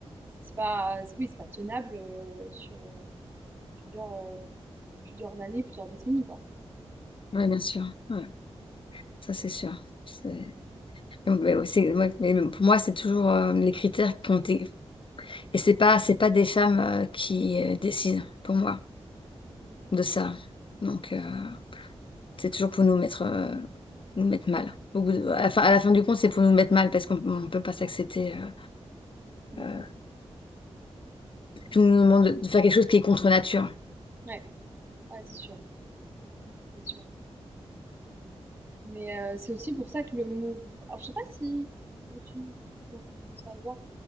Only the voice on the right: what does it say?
c'est pas, c'est- oui, c'est pas tenable euh, sur euh, plusieurs, euh, plusieurs années, plusieurs décennies, quoi.
Mm,
mm. mm.
Ouais, ouais, c'est sûr, c'est sûr. Mais euh, c'est aussi pour ça que le mouvement. Alors, je sais pas si. Ah, si, J'ai dû commencer à le voir.